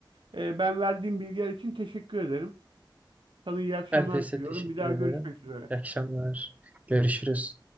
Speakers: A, on the right; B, on the right.
A: E, ben verdiğim bilgiler için teşekkür ederim. Sana iyi akşamlar
B: Ben de size
A: diliyorum.
B: teşekkür
A: Bir daha
B: ederim.
A: görüşmek üzere.
B: İyi akşamlar. Görüşürüz.